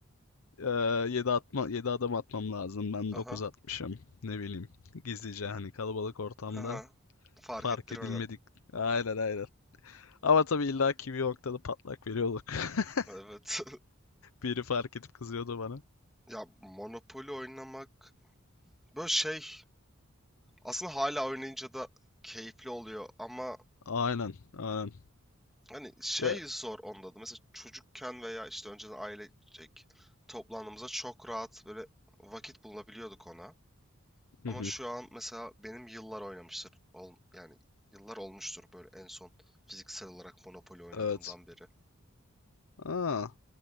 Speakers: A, on the left; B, in the centre.
A: e, 7 atma 7 adım atmam lazım. Ben
B: Aha.
A: 9 atmışım. Ne bileyim. Gizlice hani kalabalık ortamda
B: Aha. Fark
A: fark
B: ettirmeden.
A: edilmedik. Aynen aynen. Ama tabii illa ki bir noktada patlak veriyorduk. <laughs>
B: Evet. <laughs>
A: Biri fark edip kızıyordu bana.
B: Ya Monopoly oynamak böyle şey aslında hala oynayınca da keyifli oluyor ama
A: Aynen, aynen.
B: hani şey
A: Ya
B: zor onda da. Mesela çocukken veya işte önceden ailecek toplandığımızda çok rahat böyle vakit bulabiliyorduk ona.
A: Hı
B: Ama
A: hı.
B: şu an mesela benim yıllar oynamıştır. Ol- yani yıllar olmuştur böyle en son fiziksel olarak Monopoly oynadığımdan
A: evet.
B: beri.
A: Aa,